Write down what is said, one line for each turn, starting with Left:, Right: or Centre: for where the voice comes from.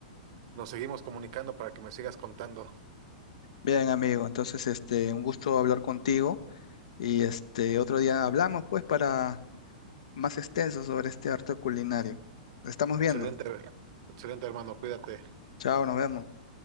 Right: nos seguimos comunicando para que me sigas contando?
Left: Bien, amigo, entonces este, un gusto hablar contigo y este otro día hablamos pues para más extenso sobre este arte culinario. Estamos
Right: Excelente,
Left: viendo.
Right: excelente hermano, cuídate.
Left: Chao, nos vemos.